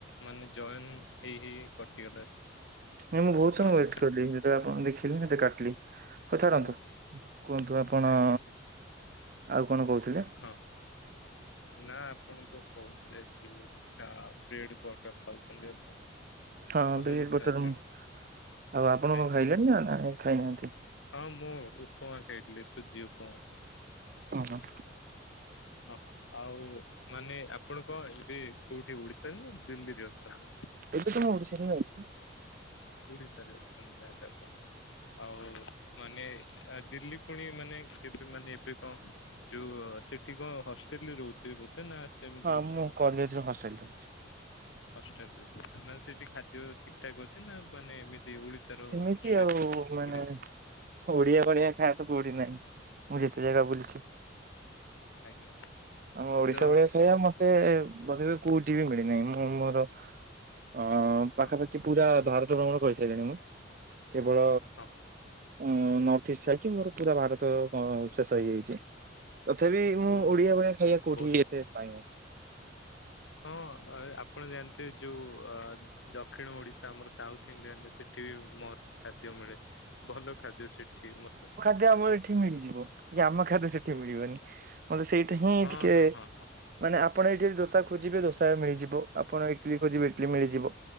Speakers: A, on the left; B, on the right.
A: ମାନେ ଜଏନ୍ ହେଇ ହେଇ କଟିଗଲା ସେ।
B: ମୁଁ <unintelligible> ବହୁତ ସମୟ
A: ମାନେ
B: ୱେଟ କଲି। ଯୋଉ ଆପଣଙ୍କୁ ଦେଖିଲି <unintelligible> କାଟିଲି ହଉ ଛାଡନ୍ତୁ,
A: ଓ
B: କୁହନ୍ତୁ ଆପଣ
A: ଆଜ୍ଞା
B: ଆଉ କଣ କହୁଥିଲେ?
A: ହଁ। ନା ଆପଣ ତ କହୁଥିଲେ, ଯୋଉ ବ୍ରେଡ୍ ବଟର୍ ଖାଉଛନ୍ତି ଆପଣ।
B: ହଁ
A: ଭଲ
B: ବ୍ରେଡ୍
A: କଥା
B: ବଟର୍,
A: ବ୍ରେଡ
B: <unintelligible> ଆଉ ଆପଣ
A: ଖାଇସାରିଛି
B: କଣ ଖାଇଲେଣି ନା ଖାଇନାହାନ୍ତି?
A: ହଁ ମୁଁ ଉପମା ଖାଇଥିଲି, ସୁଜି ଉପମା।
B: ଓ ହୋ।
A: ଓ ହୋ। ଆଉ ମାନେ ଆପଣ କଣ, ଏବେ କୋଉଠି ଓଡିଶାରେ ନା ଦିଲ୍ଲୀରେ ଅଛନ୍ତି?
B: ଏବେ ତ ମୁଁ ଓଡ଼ିଶାରେ ହିଁ ଅଛି।
A: ଓଡ଼ିଶାରେ ଅଛନ୍ତି ତାହାଲେ ଆପଣ। ଆଉ ମାନେ ଦିଲ୍ଲୀ ପୁଣି ମାନେ କେବେ ମାନେ ଏବେ କଣ ଯୋଉ ସେଠି କଣ ହଷ୍ଟେଲରେ ରହୁଥିବେ ବୋଧେ ନା ସେମିତି
B: ହଁ
A: କିଛି
B: ମୁଁ କଲେଜ ରରେ ହସଲ ର ଅଛି
A: ହଷ୍ଟେଲ ରେ ରହୁଛନ୍ତି, ମାନେ ସେଇଠି ଖାଦ୍ୟ ଠିକ୍ ଠାକ୍ ଅଛି ନା? ମାନେ ଏମିତି ଓଡିଶା ଓଡ଼ିଶାରୁ
B: ସେମିତି ଆଉ
A: <unintelligible>
B: ମାନେ
A: ଓଡିଆ
B: ଓଡିଆ ବଢିଆ ଖାଇଆ ତ କୋଉଠି ନାହିଁ, ମୁଁ ଯେତେ ଜାଗା ବୁଲିଚି।
A: ଆଜ୍ଞା।
B: ଆମ ଓଡିଶା
A: ତ
B: ଭଳିଆ ଖାଇବା ମତେ କୋଉଠି ବି ମିଳିନାହିଁ। ମୁଁ ମୋର ଅ ପାଖାପାଖି
A: ହଁ
B: ପୁରା ଭାରତ ଭ୍ରମଣ କରିସାରିଲିଣି ମୁଁ। କେବଳ
A: ହଁ
B: ଉଁ ନର୍ଥ ଇଷ୍ଟ ଯାଇଚି, ମୋର ପୁରା ଭାରତ ଶେଷ ହେଇଯାଇଛି। ତଥାପି ମୁଁ
A: ଓ
B: ଓଡିଆ ଭଳିଆ କୋଉଠି
A: ବହୁତ
B: ଏତେ ପାଇନି?
A: ହଁ ଆପଣ ଜାଣିଥିବେ ଯୋଉ ଅ ଦକ୍ଷିଣ ଓଡିଶା, ଆମର ସାଉଥ ଇଣ୍ଡିଆନରେ ସେ ସେଠି ବି ମସ୍ତ ଖାଦ୍ୟ ମିଳେ, ଭଲ ଖାଦ୍ୟ ସେଠି ମତେ
B: ଯୋଉ ଆମର ଏଠି ମିଳିଯିବ, ଯେ ଆମ ଖାଦ୍ୟ ସେଠି ମିଳିବନି। ମତେ ସେଇଟା ହିଁ
A: ହଁ
B: ଟିକେ
A: ହଁ ହଁ ହଁ ହଁ
B: ମାନେ ଆପଣ ଏଇଠି ଯଦି ଦୋସା ଖୋଜିବେ, ଦୋସା ମିଳିଯିବ। ଆପଣ ଇଟଲିି ଖୋଜିବେ, ଇଟଲିି ମିଳିଯିବ।